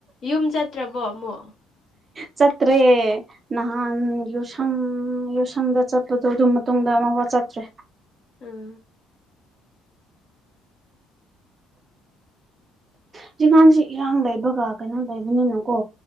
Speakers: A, on the left; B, on the right.
A: ꯌꯨꯝ ꯆꯠꯇ꯭ꯔꯕꯣ ꯑꯃꯨꯛ?
B: ꯆꯠꯇ꯭ꯔꯦ꯫ ꯅꯍꯥꯟ ꯌꯨꯁꯪ ꯌꯨꯁꯪꯗ ꯆꯠꯄꯗꯣ ꯑꯗꯨ ꯃꯇꯨꯡꯗ ꯑꯃꯕ ꯆꯠꯇ꯭ꯔꯦ꯫
A: ꯎꯝ
B: ꯍꯧꯖꯤꯛꯒꯥꯟꯁꯤ ꯏꯔꯥꯡ ꯂꯩꯕꯒ ꯀꯩꯅꯣ ꯂꯩꯕꯅꯤꯅꯀꯣ